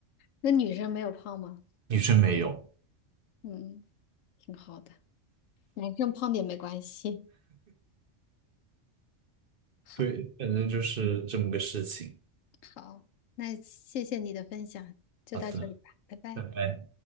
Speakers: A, on the left; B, on the right.
A: 那女生没有胖吗？
B: 女生没有，
A: 嗯，挺好的，男生胖点没关系。好，
B: 对，反正就是这么个事情。
A: 好，那谢谢你的分享，就到这里吧，
B: 好的，
A: 拜拜。
B: 拜拜。